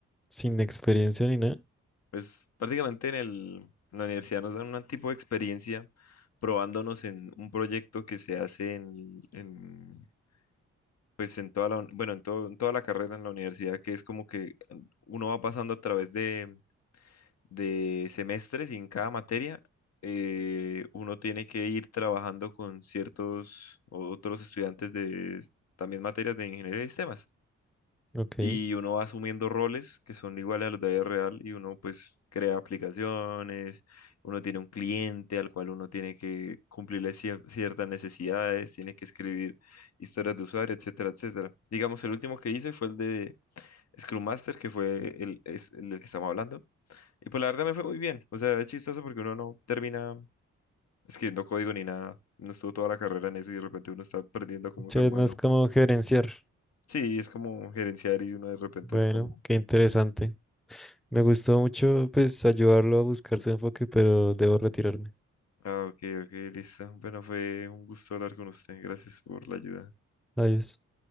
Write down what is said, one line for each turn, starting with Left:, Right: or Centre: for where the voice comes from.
Centre: Sin experiencia ni nada.
Left: Pues prácticamente en el, en la universidad nos dan un tipo de experiencia probándonos en un proyecto que se hace en, en, pues en toda la, uni- bueno, en todo- en toda la carrera en la universidad, que es como que uno va pasando a través de, de semestres y en cada materia eh, uno tiene que ir trabajando con ciertos o- otros estudiantes de también materias de ingeniería de sistemas
Centre: Ok.
Left: y uno va asumiendo roles que son iguales a los de la vida real y uno pues crea aplicaciones, uno tiene un cliente al cual uno tiene que cumplirle cier- ciertas necesidades, tiene que escribir historias de usuario, etcétera, etcétera. Digamos, el último que hice fue el de Scrum Master, que fue el, es el del que estamos hablando. Y pues la verdad me fue muy bien. O sea, es chistoso porque uno no termina escribiendo código ni nada. No estuvo toda la carrera en eso y de repente uno está perdiendo como
Centre: Muchas
Left: ser humano.
Centre: más como gerenciar.
Left: Sí, es como gerenciar y uno de repente
Centre: Bueno,
Left: es como
Centre: qué interesante. Me gustó mucho, pues, ayudarlo a buscar su enfoque, pero debo retirarme.
Left: Ah, ok, ok, listo. Bueno, fue un gusto hablar con usted. Gracias por la ayuda.
Centre: Adiós.